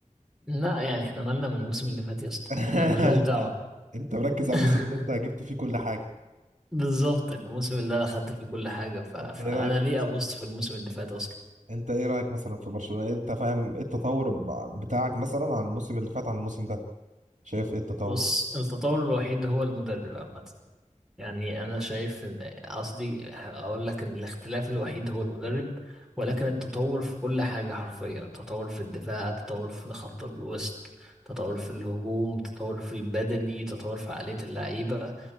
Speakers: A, in the centre; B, on the right (about 65°).
A: لا يعني احنا مالنا من الموسم اللي فات يا اسطى
B: <laughs>
A: يعني مالناش دعوة
B: انت مركز على
A: <laughs>
B: الموسم اللي انت جبت فيه كل حاجة
A: بالظبط الموسم اللي انا خدت فيه كل حاجة ف... فانا
B: انت ايه رأيك
A: ليه
B: مثلا
A: ابص في الموسم اللي فات اصلا
B: انت ايه رأيك مثلا في برشلونة انت فاهم ايه التطور ب- بتاعك مثلا عن الموسم اللي فات عن الموسم ده شايف ايه التطور؟
A: بص التطور الوحيد هو المدرب عامة يعني انا شايف إن- قصدي اقول لك ان الاختلاف الوحيد هو المدرب ولكن التطور في كل حاجة حرفيا تطور في الدفاع تطور في خط الوسط تطور في الهجوم تطور في البدني تطور في عقلية اللعيبة